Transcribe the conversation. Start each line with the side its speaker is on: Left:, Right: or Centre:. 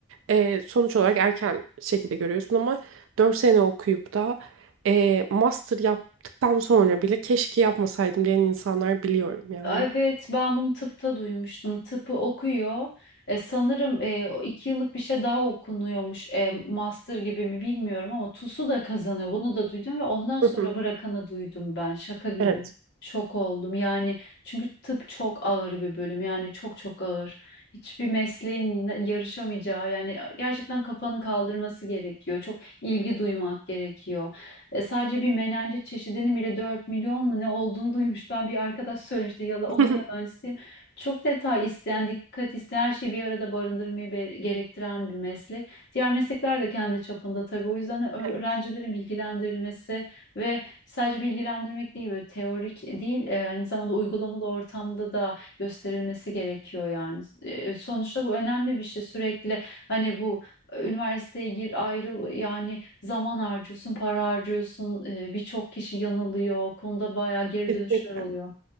Right: Ee, sonuç olarak erken şekilde görüyorsun ama 4 sene okuyup da e, master yap Tam sonra bile keşke yapmasaydım diyen insanlar biliyorum yani.
Left: Evet, ben bunu tıpta duymuştum. Tıpı okuyor. E, sanırım e, o iki yıllık bir şey daha okunuyormuş. E, master gibi mi bilmiyorum ama TUS'u da kazanıyor. Bunu da duydum ve ondan sonra
Right: Hı hı,
Left: bırakanı duydum ben. Şaka gibi.
Right: Evet.
Left: Şok oldum. Yani çünkü tıp çok ağır bir bölüm. Yani çok çok ağır. Hiçbir mesleğin yarışamayacağı yani gerçekten kafanın kaldırması gerekiyor. Çok ilgi duymak gerekiyor. E, sadece bir menenci çeşidinin bile 4 milyon mu ne olduğunu duymuş. Ben bir arkadaş söylemişti. Yala, onun
Right: <laughs>
Left: yalancısıyım. Çok detay isteyen, dikkat isteyen her şeyi bir arada barındırmayı be- gerektiren bir meslek. Diğer meslekler de kendi çapında tabii. O yüzden öğrencilerin
Right: Evet,
Left: bilgilendirilmesi ve sadece bilgilendirmek değil, böyle teorik değil, e, aynı zamanda uygulamalı ortamda da gösterilmesi gerekiyor yani. E, sonuçta bu önemli bir şey. Sürekli hani bu e, üniversiteye gir ayrıl yani Zaman harcıyorsun, para harcıyorsun. e, birçok kişi yanılıyor. O konuda bayağı geri
Right: Kesinlikle.
Left: dönüşler oluyor.